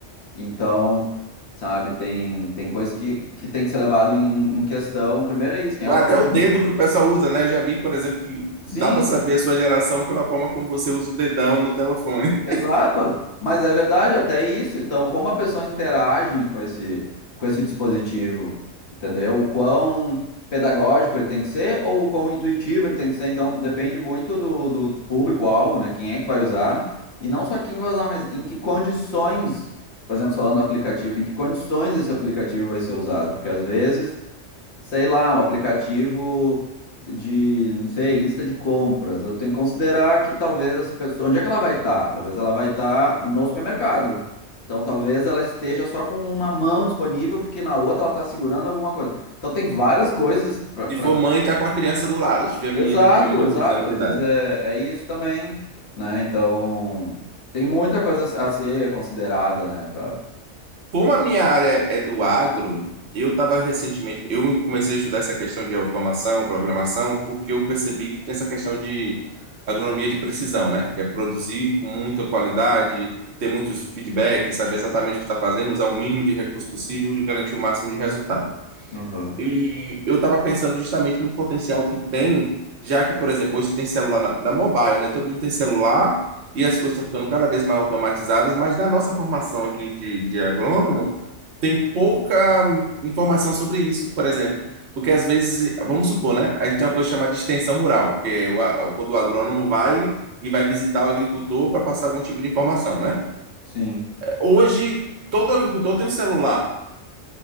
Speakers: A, on the left (about 65°); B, on the right (about 65°).
A: então, sabe, tem, tem coisa que, que tem que ser levado em, em questão. Primeiro é isso, quem é
B: Até
A: o público.
B: o dedo que o pessoal usa, né? Eu já vi, por exemplo, que
A: Sim,
B: dá para saber a sua geração pela forma como você usa o dedão no telefone.
A: exato. Mas é verdade, até isso. Então, como a pessoa interage com esse, com esse dispositivo, entendeu? O quão pedagógico ele tem que ser ou o quão intuitivo ele tem que ser. Então, depende muito do, do público-alvo, né? Quem é que vai usar. E não só quem vai usar, mas em que condições, por exemplo, falando do aplicativo, em que condições esse aplicativo vai ser usado. Porque às vezes. sei lá, um aplicativo de, não sei, lista de compras. Eu tenho que considerar que talvez essa pessoa, onde é que ela vai estar? Talvez ela vai estar no supermercado. Então, talvez ela esteja só com uma mão disponível, porque na outra ela está segurando alguma coisa. Então, tem várias coisas
B: <laughs>
A: para.
B: Se for mãe, tá com a criança do lado, se tiver
A: Exato,
B: menino de menos de
A: exato.
B: 12 anos
A: Às
B: de idade.
A: vezes é, é isso também, né? Então, tem muita coisa a ser considerada, né? Pra...
B: Como a minha área é do agro, eu estava recentemente, eu comecei a estudar essa questão de automação, programação, porque eu percebi que tem essa questão de agronomia de precisão, né? Que é produzir com muita qualidade, ter muitos feedbacks, saber exatamente o que está fazendo, usar o mínimo de recurso possível e garantir o máximo de resultado.
A: Uhum.
B: E eu estava pensando justamente no potencial que tem, já que, por exemplo, hoje tem celular na- da mobile, né? Todo mundo tem celular e as coisas estão ficando cada vez mais automatizadas, mas na nossa formação aqui de, de agrônomo, tem pouca hum, informação sobre isso, por exemplo. Porque às vezes, vamos supor, né? A gente tem uma coisa chamada de extensão rural, que é o, a- quando o agrônomo vai e vai visitar o agricultor para passar algum tipo de informação, né?
A: Sim,
B: Hoje, todo agricultor tem um celular